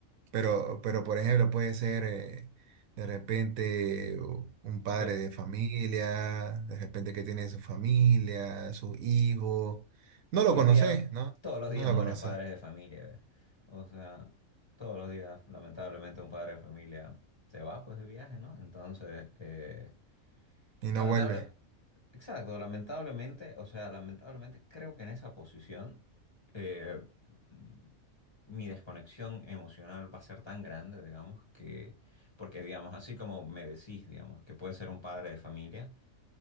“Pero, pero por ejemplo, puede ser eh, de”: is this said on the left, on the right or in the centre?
Right